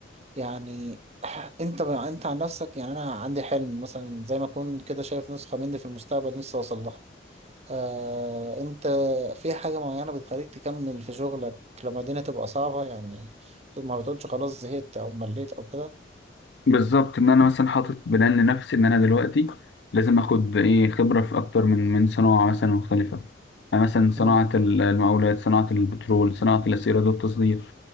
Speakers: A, on the right (about 35°); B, on the left (about 70°).
A: يعني <clears throat> انت انت عن نفسك يعني انا عندي حلم مثلا زي ما اكون كده شايف نسخة مني في المستقبل لسه اوصل لها آه انت في حاجة معينة بتخليك تكمل في شغلك لما الدنيا تبقى صعبة يعني ما بتقولش خلاص زهقت او مليت او كده
B: بالظبط ان انا مثلا حاطط بلان لنفسي ان انا دلوقتي لازم اخد ايه خبره في اكتر من من صناعه مثلا مختلفه يعني مثلا صناعه
A: مم،
B: ال- المقاولات صناعه البترول صناعه الاسيرات والتصدير